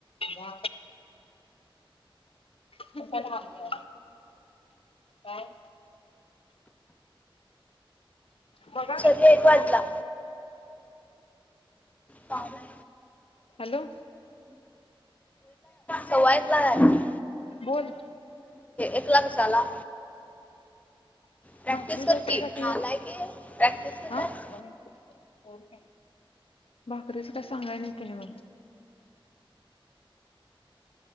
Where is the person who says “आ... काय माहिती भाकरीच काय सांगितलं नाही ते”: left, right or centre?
Left